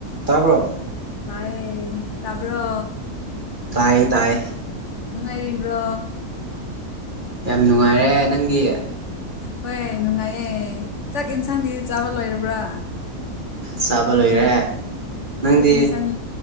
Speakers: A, on the right; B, on the left.
A: ꯇꯥꯕ꯭ꯔꯣ
B: ꯇꯥꯏꯌꯦ ꯇꯥꯕ꯭ꯔꯣ
A: ꯇꯥꯏꯌꯦ ꯇꯥꯏꯌꯦ
B: ꯅꯨꯡꯉꯥꯏꯔꯤꯕ꯭ꯔꯣ
A: ꯌꯥꯝ ꯅꯨꯡꯉꯥꯏꯔꯦ ꯅꯪꯒꯤ
B: ꯍꯣꯏ ꯅꯨꯡꯉꯥꯏꯌꯦ ꯆꯥꯛ ꯌꯦꯟꯁꯥꯡꯗꯤ ꯆꯥꯕ ꯂꯣꯏꯔꯕ꯭ꯔꯥ
A: ꯆꯥꯕ ꯂꯣꯏꯔꯦ ꯅꯪꯗꯤ
B: ꯀꯔꯤ ꯌꯦꯟꯁꯥꯡ